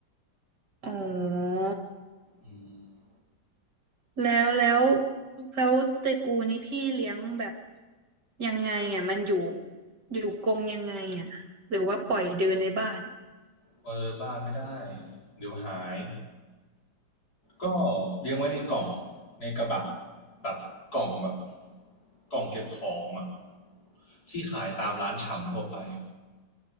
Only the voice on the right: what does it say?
อ๋อ
แล้วแล้วแล้วเตกูนี่พี่เลี้ยงแบบยังไงอ่ะมันอยู่อยู่กรงยังไงอ่ะหรือว่าปล่อยเดินในบ้าน